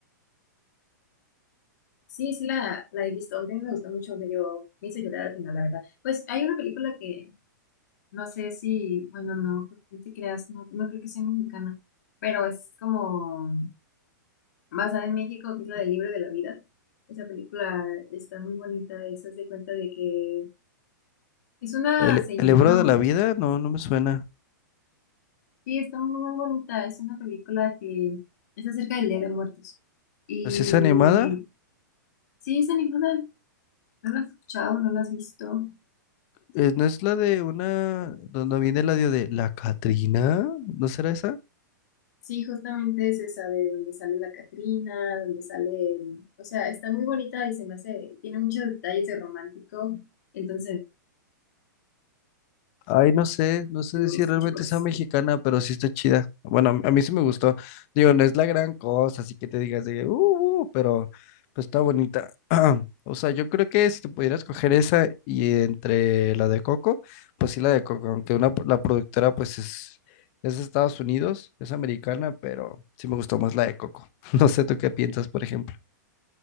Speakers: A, on the left; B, on the left.
A: Sí, sí, la, la he visto. A mí me gustó mucho, me dio, me hizo llorar al final, la verdad. Pues hay una película que no sé si, bueno, no, no te creas, no, no creo que sea mexicana, pero es como basada en México, que es la del libro de la vida. Esa película está muy bonita, es, haz de cuenta de que es una,
B: El,
A: señ-
B: el Ebro
A: una
B: de
A: mucha.
B: la Vida, no, no me suena.
A: Sí, está muy bonita, es una película que es acerca del Día de Muertos. Y
B: Pero si es animada,
A: sí, es animada, no la has escuchado, no la has visto.
B: eh, ¿no es la de una, donde viene el audio de la Catrina? ¿No será esa?
A: Sí, justamente es esa de donde sale la Catrina, donde sale, o sea, está muy bonita y se me hace, tiene muchos detalles de romántico, entonces
B: Ay, no sé, no sé
A: me
B: si
A: gusta
B: realmente
A: mucho por eso.
B: sea mexicana, pero sí está chida. Bueno, a mí a mí sí me gustó. Digo, no es la gran cosa, así que te digas de, que, uh, uh", pero pues está bonita. <clears throat> O sea, yo creo que si te pudieras coger esa y entre la de Coco, pues sí la de Coco, aunque una, la productora pues es, es de Estados Unidos, es americana, pero sí me gustó más la de Coco. <laughs> No sé tú qué piensas, por ejemplo.